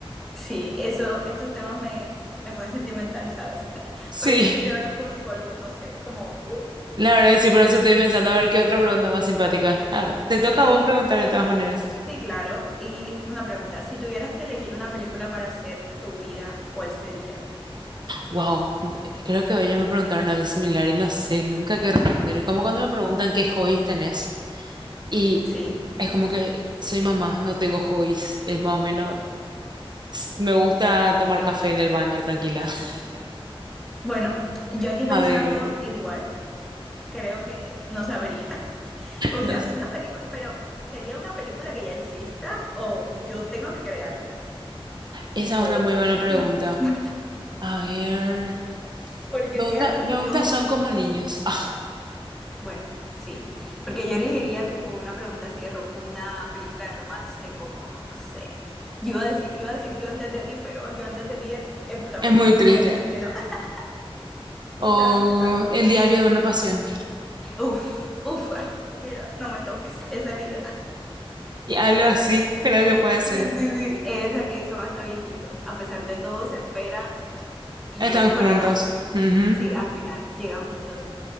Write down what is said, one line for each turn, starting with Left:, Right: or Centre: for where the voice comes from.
Centre: sí, eso, estos temas me, me ponen sentimental, ¿sabes? <laughs>
Right: Sí.
Centre: Pareciera que estoy hablando con un psicólogo, no sé, como, uy,
Right: La verdad que sí, por eso estoy pensando a ver qué otra pregunta más simpática. Ah, te toca
Centre: sí,
Right: a vos preguntar de todas maneras.
Centre: sí, claro. Y una pregunta, si tuvieras que elegir una película para hacer tu vida, ¿cuál sería?
Right: Wow, creo que hoy ya me preguntaron algo similar y no sé nunca qué responder. Es como cuando me preguntan qué hobbies tenés y
Centre: Sí,
Right: es como que soy mamá, no tengo hobbies. Es más o menos, s- me gusta tomar café en el baño, tranquila. <laughs>
Centre: Bueno, yo aquí pensando
Right: A ver,
Centre: igual, creo que no sabría. <laughs> O sea,
Right: no sé.
Centre: una película, pero ¿sería una película que ya exista o yo tengo que crearla?
Right: Esa
Centre: Tipo,
Right: es una muy buena pregunta.
Centre: hmm, <laughs>
Right: A ver,
Centre: porque
Right: me
Centre: si
Right: gusta,
Centre: es así,
Right: me gusta
Centre: yo,
Right: son como niños. <laughs> Ah,
Centre: bueno, sí, porque yo elegiría tipo una pregunta así de ro- una película de romance como, no sé. Yo iba a decir, iba a decir yo antes de ti, pero yo antes de ti el, el protagonista
Right: es muy
Centre: muere,
Right: triste.
Centre: así que no, <laughs>
Right: O
Centre: esa no, esa no.
Right: el diario de una pasión.
Centre: Uf, uf, ay, mira, no me toques esa herida,
Right: Y algo
Centre: Dios.
Right: así, creo que puede ser.
Centre: Sí, sí, sí. Esa que son hasta viejitos. A pesar de todo, se esperan y
Right: Están
Centre: lle-
Right: juntos.
Centre: Bueno, ¿no?
Right: Ujú.
Centre: Sí, al final llegan juntos.